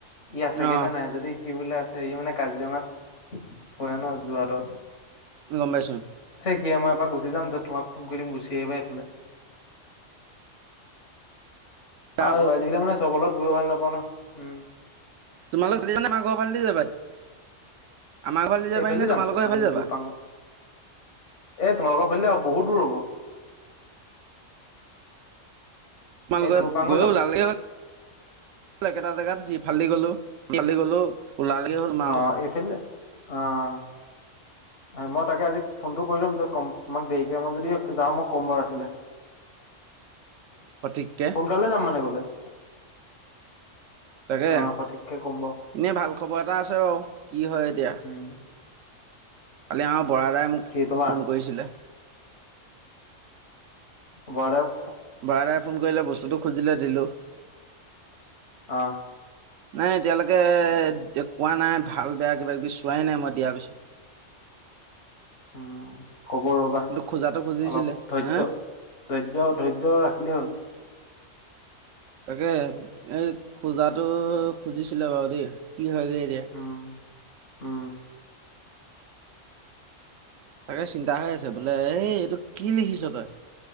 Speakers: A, on the left; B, on the right.
A: ই আছে
B: অ'
A: গে নে নাই যদি কি বোলে আছে সি মানে কাজিৰঙাত হয় ন যোৱাটো
B: গম পাইছো
A: সি আমাৰ পৰা গুচি যাম যে তোমাক ফোন কৰি দিম গুচি আহিবা এইফালে
B: তাৰ
A: আৰু
B: আকৌ
A: আজিকালি মানে চবলত গৈ ভাল নাপাওঁ ন উম
B: তোমালোক দি মাক ঘৰ ফালে দি যাবাই আমাৰ ঘৰত নিজাৰ
A: এইফালেদি
B: বাহি ন
A: যাম
B: তোমালোকৰ
A: আমি
B: সেইফালে যাবা
A: দুৰপাং এ ব বহুত দূৰ হব
B: তোমালোকৰ
A: এই দুৰপাং হৈ
B: গৈ
A: যাম
B: ওলালে হল একেটা জেগাত যি ফালি গলো ফালি গলো ওলালেগে হ'ল মাৰ
A: অ
B: ওচৰত
A: এইফালে দি আহ হয় মই তাকে আজি ফোনটো কৰি লম যত কম তোমাক দেৰিকে মই যদি। যাও মই কম বাৰ ৰাতিলে
B: সঠিককে
A: সোনকালে যাম মানে গলে <inaudible>
B: তাকে
A: অ সঠিককে ক'ম বাৰু
B: এনেই ভাল খবৰ এটা আছে বাৰু কি হয় এতিয়া
A: উম,
B: কালি আমাৰ বৰা দাই মোক
A: কি তোমাৰ
B: ফোন কৰিছিলে।
A: বৰা দাও
B: বৰা দাই ফোন কৰিলে বস্তুটো খুজিলে দিলোঁ
A: অ
B: নাই এতিয়ালৈকে কোৱা নাই ভাল বেয়া কিবা কিবি চোৱাই নাই মই দিয়াৰ পিছত
A: উম কব ৰ'বা
B: কিন্তু খোজাটো খুজিছিলে
A: অলপ ধৈৰ্য
B: হা
A: ধৈৰ্য্য ধৈৰ্য্য ৰাখিলেই হ'ল
B: তাকে এই খোজাটো খুজিছিলে বাৰু দেই কি হয়গে এতিয়া
A: উম, উম
B: তাকে চিন্তা হৈ আছে বোলে এই এইটো কি লিখিছ তই